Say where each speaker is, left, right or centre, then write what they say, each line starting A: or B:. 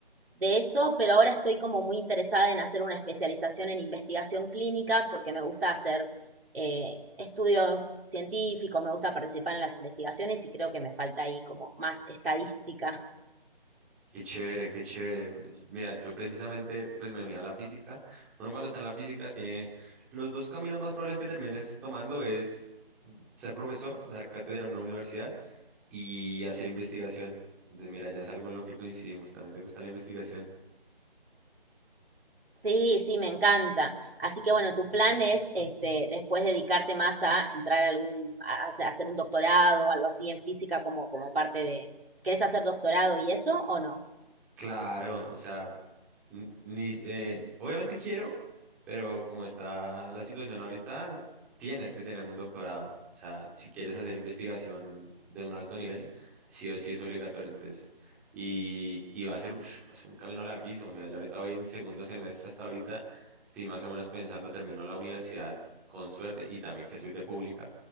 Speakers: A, on the right; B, in the centre.
A: de eso, pero ahora estoy como muy interesada en hacer una especialización en investigación clínica porque me gusta hacer eh, estudios científicos, me gusta participar en las investigaciones y creo que me falta ahí como más estadística.
B: chévere, qué chévere. Me- Mira, yo precisamente, pues me uní a la física. Uno cuando está en la física tiene los dos caminos más probables que termines tomando es ser profesor, dar cátedra en una universidad y hacer investigación. Entonces, mira, ya es algo en lo que coincidimos. También te gusta la investigación.
A: Sí, sí, me encanta. Así que bueno, tu plan es este, después dedicarte más a entrar a algún, a, hacer a hacer un doctorado o algo así en física como, como parte de, ¿querés hacer doctorado y eso o no?
B: Claro, o sea, N- Ni, eh, obviamente quiero, pero como está la situación ahorita, tienes que tener un doctorado. O sea, si quieres hacer investigación de un alto nivel, sí o sí es obligatorio. Entonces, y, y va a ser, uf, va a ser un camino larguísimo. Mira, yo ahorita voy en segundo semestre hasta ahorita, estoy más o menos pensando, termino la universidad con suerte y también que soy de pública.